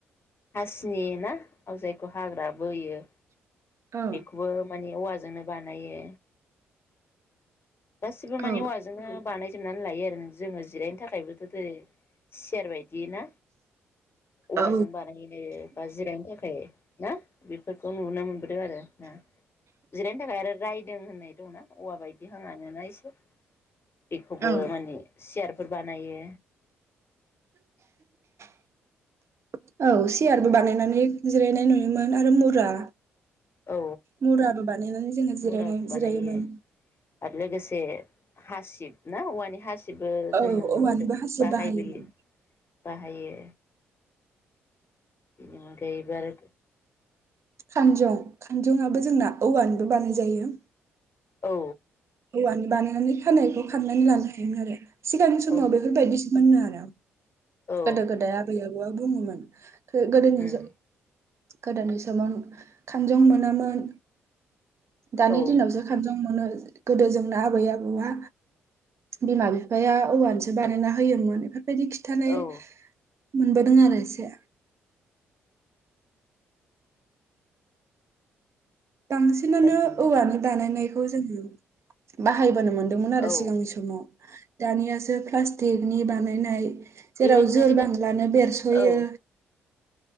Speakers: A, on the left; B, on the right.
A: हासिनि ना? औ जायखौ हाग्रा बोयो।
B: औ
A: बेखौबो माने औवाजो जोंनो बानायो। गासिबो
B: औ
A: माने औवाजोंनो बानायजोबनानै लायो आरो जोङो जिरायनो थाखायबोथ' <unintelligible> सियार बायदि ना औवाजों
B: औ
A: बानायो बा जिरायनो थाखाय ना बेफोरखौ नुनो मोनबो नुनो मोनदों आरो ना? जिरायनो थाखाय आरो राय दों होननाय दंना औवा बायदि। <unintelligible> आनो ना एसे बेखौबो
B: औ
A: माने सियार फोर बानायो।
B: <unintelligible> औ सियारबो
A: बिदिनो
B: बानायनानै जिरायनाय नुयोमोन आरो मुरा
A: औ
B: मुराबो बानायनानै जोङो जिरायनाय
A: मुराबो बानायो
B: जिरायोमोन
A: आरो लोगोसे हासिब ना औवानि हासिब गासिबो
B: औ
A: जोङो
B: औवानिबो
A: नुबोदों
B: हासिब
A: बाहायबोयो
B: बाहायोमोन
A: बाहायो। बिनि अनगायैबो आरो
B: खानजं खानजङाबो जोंना औवानिबो बानायजायो
A: औ।
B: औवानि बानायनानै खानायखौ खाननानै लानो हायोमोन आरो सिगांनि समाव
A: औ
B: बेफोरबायदि मोननो आरो
A: औ
B: गोदो गोदाय आबै आबौवा बुङोमोन गोदोनिजों
A: उम
B: गोदोनि समाव खानजं मोनामोन दानि
A: औ
B: दिनावसो खानजं मोनो <unintelligible> गोदो जोंना आबै आबौआ बिमा बिफाया औवानिसो बानायना होयोमोन। बिदि खिन्थानाय
A: औ
B: मोनबोदों आरो एसे <unintelligible> बांसिनानो
A: जोंना
B: औवानि बानायनाय जोङो बाहायबोनो मोन हादोंमोन आरो
A: औ
B: सिगांनि समाव दानियासो प्लास्टिकनि बानायनाय
A: बेबायदिनो
B: जेराव जोर
A: जि
B: बांलानो
A: दायो
B: बेरस'यो
A: औ